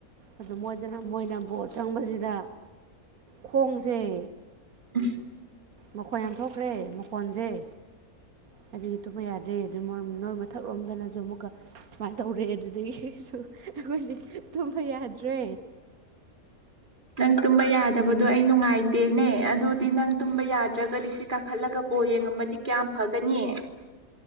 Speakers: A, on the right; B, on the right.
A: ꯑꯗꯨ ꯃꯣꯏꯗꯅ ꯃꯣꯏꯅ ꯕꯣꯠ ꯆꯪꯕꯁꯤꯗ ꯈꯣꯡꯖ‌ꯦ
B: <unintelligible>
A: ꯃꯈꯣꯟ ꯌꯥꯝ ꯊꯣꯛꯈ꯭ꯔꯦ ꯃꯈꯣꯟꯖ‌ꯦ ꯑꯗꯨꯒꯤ ꯇꯨꯝꯕ ꯌꯥꯗꯦ ꯑꯗꯨꯣꯏ ꯅꯣꯏ ꯃꯊꯛꯔꯣꯝꯗꯅꯁꯨ ꯑꯃꯨꯛꯀ ꯁꯨꯃꯥꯏꯅ ꯇꯧꯔꯦ ꯑꯗꯨꯗꯒꯤꯁꯨ ꯑꯩꯈꯣꯏꯁꯦ ꯊꯨꯝꯕ ꯌꯥꯗ꯭ꯔꯦ
B: ꯅꯪ ꯇꯨꯝꯕ ꯌꯥꯗꯕꯗꯣ ꯑꯩ ꯅꯨꯡꯉꯥꯏꯇꯦꯅꯦ ꯑꯗꯨꯗꯤ ꯅꯪ ꯇꯨꯝꯕ ꯌꯥꯗ꯭ꯔꯒꯗꯤ ꯁꯤ ꯀꯥꯈꯠꯂꯒ ꯑꯣ ꯌꯦꯡꯉꯝꯃꯗꯤ ꯀꯌꯥꯝ ꯐꯒꯅꯤ